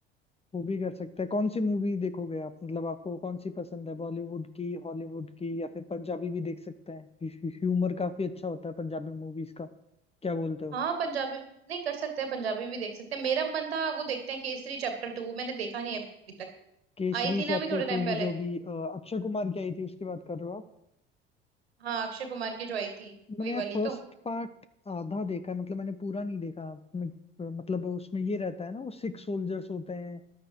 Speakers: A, on the left; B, on the right.
A: मूवी कर सकते हैं कौन सी मूवी देखोगे आप मतलब आपको कौन सी पसंद है बॉलीवुड की हॉलीवुड की या फिर पंजाबी भी देख सकते हैं ह्यूमर काफी अच्छा होता है पंजाबी मूवीज का क्या बोलते हो
B: हाँ पंजाबी नहीं कर सकते हैं पंजाबी भी देख सकते हैं मेरा मन था वो देखते हैं केसरी चैप्टर टू मैंने देखा नहीं अभी तक
A: केसरी
B: आई थी ना
A: चैप्टर
B: अभी थोड़े टाइम
A: टू ये
B: पहले
A: जो भी अ, अक्षय कुमार की आई थी उसकी बात कर रहे हो आप
B: हाँ अक्षय कुमार की जो आई थी
A: मैंने
B: वही
A: यार
B: वाली
A: फर्स्ट
B: तो
A: पार्ट आधा देखा है मतलब मैंने पूरा नहीं देखा मैं- मतलब उसमें ये रहता है ना वो सिक्स सोल्जर्स होते हैं